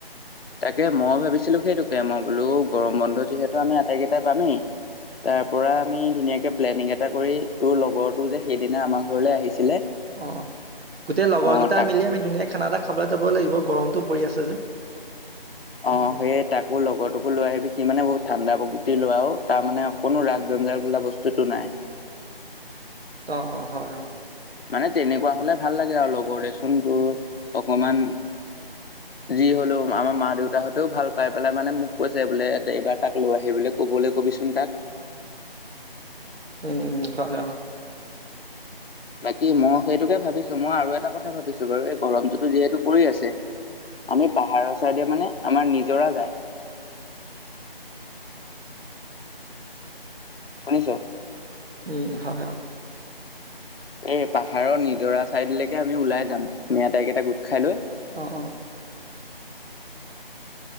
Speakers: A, on the left; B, on the right.
A: তাকে মই ভাবিছিলো, সেইটোকে মই বোলো গৰম বন্ধ যিহেতু আমি আটাইকেইটাই পামেই। তাৰ পৰা আমি ধুনীয়াকে প্লেনিং এটা কৰি, তোৰ লগৰটো যে সেইদিনা আমাৰ ঘৰলে আহিছিলে।
B: অ, গোটেই লগৰকেইটা
A: অ তাক
B: মিলি আমি ধুনীয়াকীয়া খানা এটা খাবলৈ যাব লাগিব গৰম পৰি আছে যে
A: অ,
B: উম, উম,
A: সয় তাকো লগৰটোকো লৈ আহিবি সি মানে বহুত ঠাণ্ডা প্ৰকৃতিৰ লোৱাও। তাৰ মানে অকোনো ৰাস, জঞ্জাৰ বোলা বস্তুতটো নাই।
B: অ, হয়।
A: মানে তেনেকুৱা হলে ভাল লাগে আৰু লগৰ দেচোন তোৰ অকমান
B: <inaudible>
A: যি হ'লেও আমাৰ মা, দেউতাহঁতেও ভাল পাই পেলাই মানে মোক কৈছে বোলে, এইবাৰ তাক লৈ আহি বোলে ক'বলৈ ক'ব। চোন তাক
B: উম উ হয়ান
A: বাকী মই সেইটোকে ভাবিছো মই আৰু এটা কথা ভাবিছো বাৰু এই গৰমটোতো যিহেতু পৰি আছে আমি পাহাৰৰ চাইডে মানে আমাৰ নিজৰা যায় শুনিছো
B: উম হয়
A: এই পাহাৰৰ নিজৰা ছাইদলৈকে আমি ওলাই যাম আমি আতাইকেইটা গোট খাই লৈ
B: অ অ